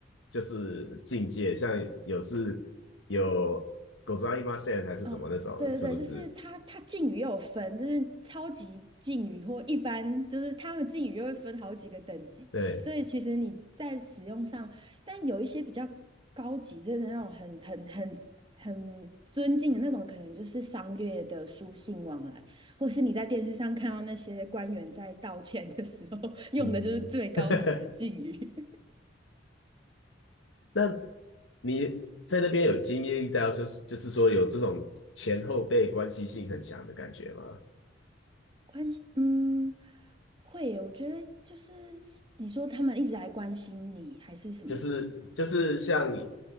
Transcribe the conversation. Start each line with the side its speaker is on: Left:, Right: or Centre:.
Left: 就是境界，像有是有ございません还是什么那种，
Right: 哦，对对对，
Left: 是不是？
Right: 就是它，它敬语又有分，就是超级敬语或一般，就是他们敬语又会分好几个等级，
Left: 对，
Right: 所以其实你在使用上，但有一些比较高级，真的那种很很很很尊敬的那种，可能就是商业的书信往来，或是你在电视上看到那些官员在道歉的时候 <laughs> 用的就是最高级的敬语。
Left: 嗯，<laughs> 那你在那边有经历到，就是就是说有这种前后辈关系性很强的感觉吗？
Right: 关心，嗯，会耶我觉得就是你说他们一直来关心你，还是什么？
Left: 就是就是像你